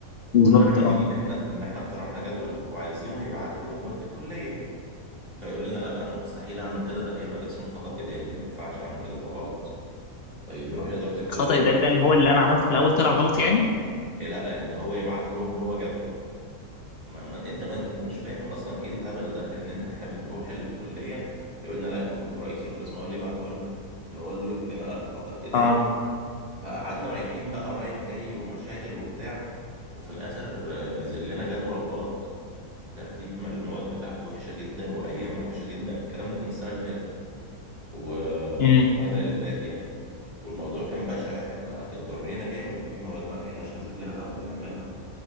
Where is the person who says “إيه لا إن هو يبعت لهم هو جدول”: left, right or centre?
Right